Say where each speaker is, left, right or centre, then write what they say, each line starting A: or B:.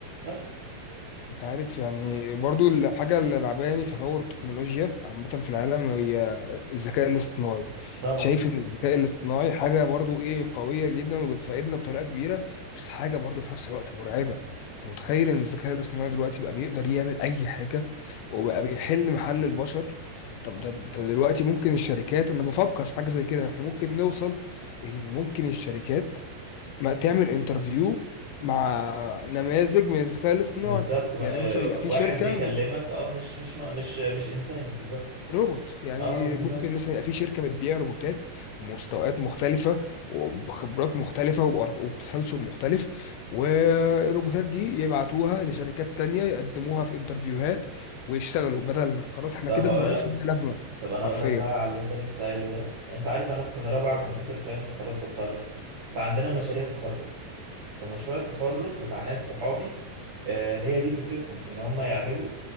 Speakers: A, on the right; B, on the left.
A: بس
B: انت عارف يعني برضو الحاجة اللي لعباني في تطور التكنولوجيا عامة في العالم هي الذكاء الاصطناعي
A: طبعا
B: شايف ان الذكاء الاصطناعي حاجة برضو ايه قوية جدا وبتساعدنا بطريقة كبيرة بس حاجة برضو في نفس الوقت مرعبة انت متخيل ان الذكاء الاصطناعي دلوقتي بقى بيقدر يعمل اي حاجة وبقى بيحل محل البشر طب ده, ده دلوقتي ممكن الشركات انا بفكر في حاجة زي كده احنا ممكن نوصل ان ممكن الشركات ما تعمل انترفيو مع نماذج من الذكاء الاصطناعي
A: بالظبط ما-
B: يعني
A: آه،
B: مثلا يبقى في
A: واحد
B: شركة
A: بيكلمك
B: بت-
A: اه مش مش ما- مش مش انسان بالظبط
B: روبوت يعني
A: اه بالظبط
B: ممكن مثلا يبقى في شركة بتبيع روبوتات بمستويات مختلفة وبخبرات مختلفة وبأر- وبتسلسل مختلف والروبوتات دي يبعتوها لشركات تانية يقدموها في انترفيوهات ويشتغلوا بدلنا خلاص احنا
A: طب
B: كده
A: اقول
B: مبقاش
A: لك
B: لنا لازمة
A: طب انا
B: حرفيا
A: اقول لك بقى على اللي انت لسه قايله ده انت عارف انا في سنه رابعه كمبيوتر ساينس خلاص بتخرج فعندنا مشاريع تخرج فمشروع التخرج بتاع ناس صحابي آه هي دي فكرتهم ان هم يعملوا